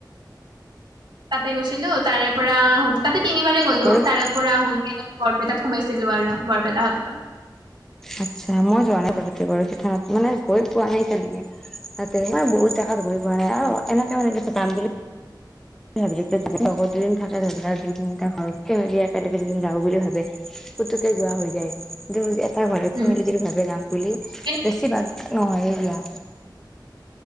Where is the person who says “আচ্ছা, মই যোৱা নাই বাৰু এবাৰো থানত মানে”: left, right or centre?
Centre